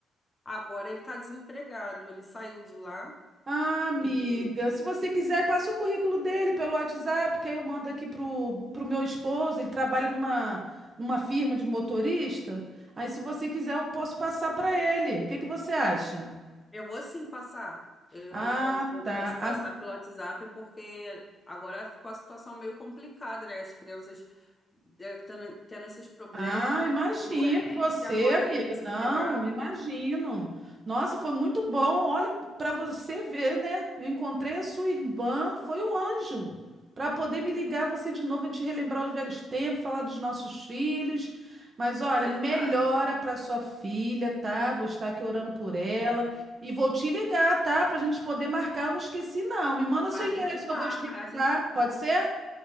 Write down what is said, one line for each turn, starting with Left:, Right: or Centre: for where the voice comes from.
Left: Agora ele está desempregado, ele saiu de lá.
Right: Ah, amiga,
Left: e
Right: se você quiser, passa o currículo dele pelo WhatsApp, que aí eu mando aqui pro, pro meu esposo. Ele trabalha numa, numa firma de motorista. Aí, se você quiser, eu posso passar para ele. O que que você acha?
Left: Eu vou sim passar. Eu
Right: Ah,
Left: vou, eu
Right: tá.
Left: vou te passar pelo WhatsApp porque agora ficou a situação meio complicada, né? As crianças eh, tendo, tendo esses problemas,
Right: Ah, imagino.
Left: doentes,
Right: você,
Left: e agora
Right: amiga?
Left: ele desempregado,
Right: Não, imagino.
Left: né?
Right: Nossa, foi muito bom. Olha, para você ver, né? Eu encontrei a sua irmã, foi um anjo. Para poder me ligar você de novo, a gente relembrar os velhos tempos, falar dos nossos filhos. Mas olha,
Left: Verdade.
Right: melhora para sua filha, tá? Vou estar aqui orando
Left: Muito
Right: por ela.
Left: obrigada.
Right: E vou te ligar, tá? Para a gente poder marcar. Eu não esqueci, não. Me manda seu
Left: A
Right: endereço
Left: gente
Right: que
Left: marca,
Right: eu vou te visitar.
Left: a gente.
Right: Pode ser?